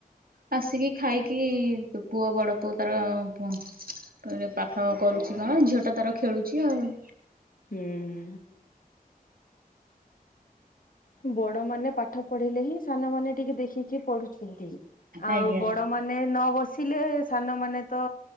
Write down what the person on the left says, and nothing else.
ହୁଁ। ବଡ ମାନେ ପାଠ ପଢିଲେ ହିଁ ସାନମାନେ ଟିକେ ଦେଖିକି ପଢୁଛନ୍ତି ଆଉ
ବଡ ମ ମାନେ ନ ବସିଲେ ସାନ ମାନେ ତ